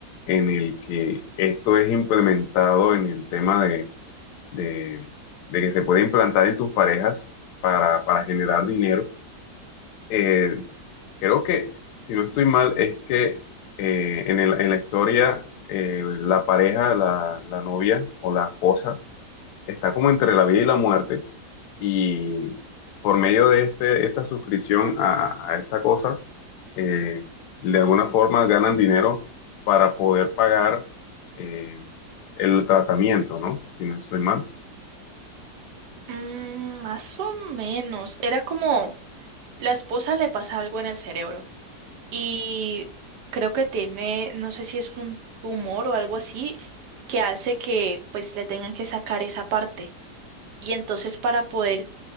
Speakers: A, on the left; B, on the right.
A: en el que esto es implementado en el tema de, de- de que se puede implantar en tus parejas para, para generar dinero. Eh, Creo que, si no estoy mal, es que eh, en el- en la historia eh, la pareja, la, la novia o la esposa, está como entre la vida y la muerte. Y por medio de este, esta suscripción a, a esta cosa, eh, de alguna forma ganan dinero para poder pagar eh, el tratamiento, ¿no? Si no estoy mal.
B: Mm, más o menos. Era como la esposa le pasa algo en el cerebro y creo que tiene, no sé si es un tumor o algo así, que hace que pues le tengan que sacar esa parte. Y entonces para poder